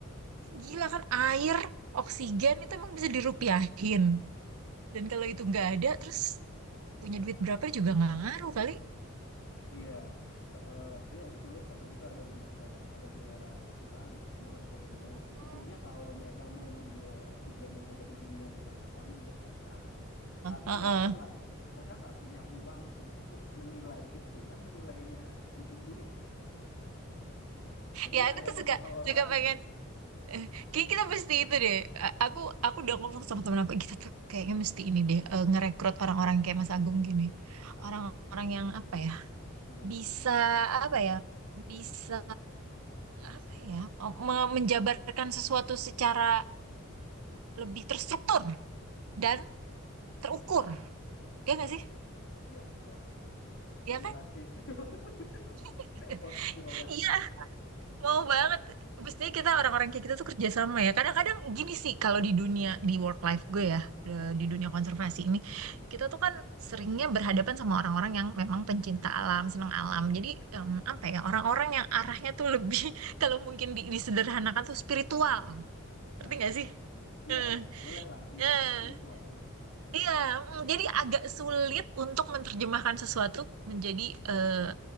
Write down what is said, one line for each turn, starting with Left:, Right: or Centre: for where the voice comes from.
Right: gila kan air, oksigen itu emang bisa dirupiahin. Dan kalau itu nggak ada terus punya duit berapa juga nggak ngaruh kali.
Left: Iya, Ke- eh, iya betul karena kita ada di masa ada di era kapitalis, semua harus ada nilainya.
Right: Heeh,
Left: Sebetulnya kalau mereka mau menilai oksigen yang ada di dunia dengan uang juga bisa, tapi
Right: heeh.
Left: mereka nggak mereka nggak punya uang untuk menilai itu kan menilainya butuh duit kan. Jadi
Right: Ya aku
Left: ayam
Right: tuh
Left: sama
Right: suka
Left: telur
Right: suka
Left: lagi
Right: pengen
Left: tuh.
Right: eh, kayak kita mesti itu deh. A- Aku aku udah ngomong sama temen aku kita tuh kayaknya mesti ini deh eh, ngerekrut orang-orang kayak Mas Agung gini. Orang-orang yang
Left: Eh,
Right: apa ya?
Left: gimana
Right: Bisa
Left: tuh gimana?
Right: apa ya? Bisa apa ya? oh, me- Menjabarkan sesuatu secara lebih terstruktur dan terukur. Ya nggak
Left: Ah
Right: sih?
Left: iya, wah terima
Right: Ya kan?
Left: kasih, <laughs> terima kasih,
Right: <laughs>
Left: wah terima kasih.
Right: Iya, Mau banget. Pastinya kita orang-orang kayak kita tuh kerja sama ya. Kadang-kadang gini sih kalau di dunia di work life gue ya, de-
Left: Hmm,
Right: di dunia konservasi ini,
Left: hmm.
Right: kita tuh kan seringnya berhadapan sama orang-orang yang memang pencinta alam, senang alam. Jadi em,
Left: Ya,
Right: apa ya, orang-orang yang arahnya tuh lebih <laughs> kalau mungkin di- disederhanakan tuh spiritual. Ngerti
Left: ya,
Right: gak sih?
Left: iya,
Right: Eh,
Left: eh, bolehlah disebut
Right: eh.
Left: spiritual, boleh.
Right: Iya, mm, jadi agak sulit untuk menerjemahkan sesuatu menjadi eh,